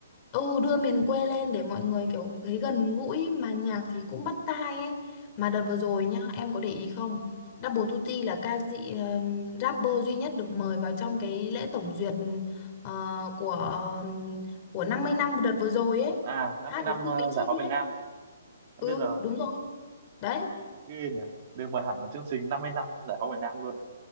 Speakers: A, on the left; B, on the right.
A: ừ đưa miền quê lên để mọi người kiểu thấy gần gũi mà nhạc thì cũng bắt tai ấy mà đợt
B: Vâng.
A: vừa rồi nhá em có để ý không Double Tutti là ca sĩ ừm, rapper duy nhất được mời vào trong cái lễ tổng duyệt ờ, của ờ, của 50 năm đợt vừa rồi ấy
B: à năm
A: hát
B: mươi năm
A: với Phương
B: ờ,
A: Mỹ Chi
B: giải phóng miền
A: ấy
B: Nam em
A: ừ
B: biết rồi
A: đúng rồi đấy
B: ghê nhỉ được mời hẳn là chương trình 50 năm giải phóng miền Nam luôn